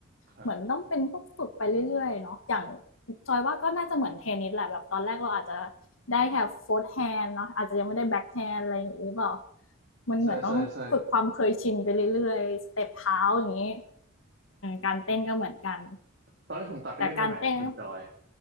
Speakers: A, on the right; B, on the left.
A: ครับ
B: เหมือนต้องเป็นพวกฝึกไปเรื่อยๆเนาะอย่างจอยว่าก็น่าจะเหมือนเทนนิสแหละแบบตอนแรกเราอาจจะได้แค่โฟร์ธแฮนด์เนาะอาจจะยังไม่ได้แบ็คแฮนด์อะไรอย่างนี้หรือเปล่ามันเหมือนต้องฝึกความเคยชินไปเรื่อยๆสเต็ปเท้าอย่างนี้
A: ใช่ใช่ใช่
B: การเต้นก็เหมือนกัน
A: ตอนที่ผมกลับไปเล่นใหม่ๆนะคุณจอย
B: แต่การเต้น